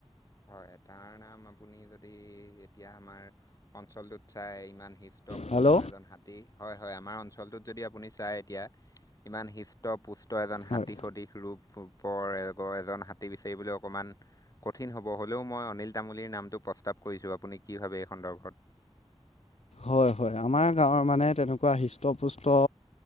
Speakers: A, on the left; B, on the left.
A: হয়, তাৰ নাম আপুনি যদি এতিয়া আমাৰ অঞ্চলটোত চাই ইমান হিষ্ট পুষ্ট
B: হেল্ল'
A: এজন হাতী হয় - হয়, আমাৰ অঞ্চলটোত যদি আপুনি চায় এতিয়া ইমান হিষ্ট পুষ্ট এজন
B: হয়
A: হাতী সদৃশ ৰূপূপৰ এজন হাতী, বিচাৰিবলৈ অকণমান কঠিন হ'ব, হ'লেও মই অনিল তামুলীৰ নামটো প্ৰস্তাৱ কৰিছো আপুনি কি ভাবে এই সন্দৰ্ভত?
B: হয় হয়, আমাৰ গাঁৱৰ মানে তেনেকুৱা হৃষ্টপুষ্ট